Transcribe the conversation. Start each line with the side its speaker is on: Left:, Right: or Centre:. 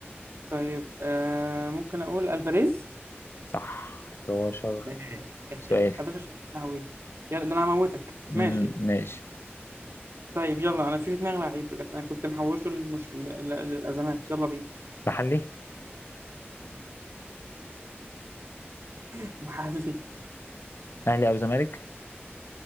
Right: طيب آه ممكن اقول الفاريز
Left: صح 11
Right: إيه، إيه،
Left: سؤال
Right: 11 شهر يا لهوي يلا ده انا هموتك
Left: مم،
Right: ماشي
Left: ماشي
Right: طيب يلا انا في في دماغي لعيب بجد انا كنت محوشه المشكله الازمات يلا بينا
Left: محلي
Right: <laughs> محلي
Left: أهلي أو زمالك